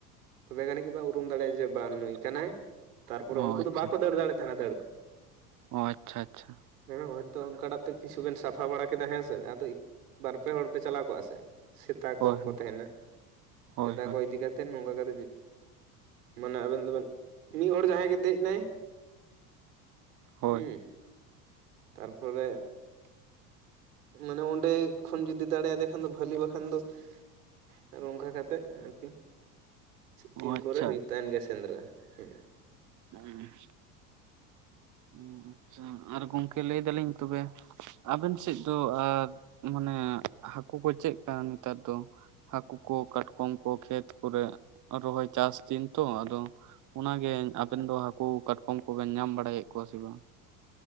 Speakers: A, on the right; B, on the right.
A: ᱛᱚᱵᱮ ᱡᱟᱹᱱᱤᱡ ᱜᱮᱵᱚ ᱩᱨᱩᱢ ᱫᱟᱲᱮᱭᱟᱜᱼᱟ ᱡᱮ ᱵᱟᱝ ᱱᱩᱭ ᱠᱟᱱᱟᱭ ᱾ ᱛᱟᱨᱯᱚᱨᱮ
B: ᱚ
A: ᱩᱱᱠᱩ
B: ᱟᱪᱪᱷᱟ
A: ᱫᱚ ᱵᱟᱠᱚ ᱫᱟᱹᱲ ᱫᱟᱲᱮᱭᱟᱜ ᱛᱟᱦᱮᱸᱱᱟ ᱫᱟᱹᱲ ᱫᱚ ᱾
B: ᱚ ᱟᱪᱪᱷᱟ ᱟᱪᱪᱷᱟ
A: ᱦᱮᱸ ᱦᱚᱳᱭᱛᱳ ᱚᱱᱠᱟᱴᱟᱜ ᱛᱮ ᱠᱤᱪᱷᱩ ᱵᱮᱱ ᱥᱟᱯᱷᱟ ᱵᱟᱲᱟ ᱠᱮᱫᱟ ᱦᱮᱸ ᱥᱮ ᱟᱫᱚ ᱵᱟᱨ ᱯᱮ ᱦᱚᱲ ᱯᱮ ᱪᱟᱞᱟᱣ ᱠᱚᱜᱼᱟ ᱥᱮ ᱥᱮᱛᱟ
B: ᱦᱳᱭ
A: ᱠᱚᱠᱚ
B: ᱦᱳᱭ
A: ᱛᱟᱦᱮᱱᱟ
B: ᱦᱳᱭ
A: ᱥᱮᱛᱟ
B: ᱦᱳᱭ
A: ᱠᱚ ᱤᱫᱤ ᱠᱟ ᱠᱟᱛᱮᱮᱫ ᱱᱚᱝᱠᱟ ᱠᱟᱛᱮᱫ ᱢᱟᱱᱮ ᱟᱵᱮᱱ ᱫᱚᱵᱮᱱ ᱢᱤᱫ ᱦᱚᱲ ᱡᱟᱦᱟᱸᱭ ᱜᱮ ᱫᱮᱡ ᱱᱟᱭ
B: ᱦᱳᱭ
A: ᱦᱩᱸ ᱛᱟᱨᱯᱚᱨᱮ ᱢᱟᱱᱮ ᱚᱸᱰᱮ ᱠᱷᱚᱱ ᱡᱩᱫᱤ ᱫᱟᱲᱮᱭᱟᱫᱮ ᱠᱷᱟᱱ ᱫᱚ ᱵᱷᱷᱟᱞᱤ ᱵᱟᱠᱷᱟᱱ ᱫᱚ ᱟᱨ ᱚᱱᱠᱟ ᱠᱟᱛᱮᱮᱫ ᱟᱨᱠᱤᱱ ᱛᱤᱱ
B: ᱚ ᱟᱪᱪᱷᱟ
A: ᱠᱚᱨᱮ ᱦᱩᱭᱩᱜ ᱛᱟᱦᱮᱱ ᱜᱮᱭᱟ ᱥᱮᱸᱫᱽᱨᱟ ᱦᱮᱸ
B: ᱦᱩᱸ ᱚ ᱟᱪᱪᱷᱟ ᱟᱨ ᱜᱚᱝᱠᱮ ᱞᱟᱹᱭ ᱫᱟᱞᱤᱧ ᱛᱚᱵᱮ ᱟᱵᱮᱱ ᱥᱮᱫ ᱫᱚ ᱟᱨ ᱢᱟᱱᱮ ᱦᱟᱹᱠᱩ ᱠᱚ ᱪᱮᱫ ᱠᱟᱱᱟ ᱱᱮᱛᱟᱨ ᱫᱚ ᱦᱟᱹᱠᱩ ᱠᱚ ᱠᱟᱴᱠᱚᱢ ᱠᱚ ᱠᱷᱮᱛ ᱠᱚᱨᱮ ᱨᱚᱦᱚᱭ ᱪᱟᱥ ᱫᱤᱱ ᱛᱚ ᱟᱫᱚ ᱚᱱᱟᱜᱮ ᱟᱵᱮᱱ ᱫᱚ ᱦᱟᱹᱠᱩ ᱠᱟᱴᱠᱚᱢ ᱠᱚᱵᱮᱱ ᱧᱟᱢ ᱵᱟᱲᱟᱭᱮᱫ ᱠᱚᱣᱟ ᱥᱮ ᱵᱟᱝ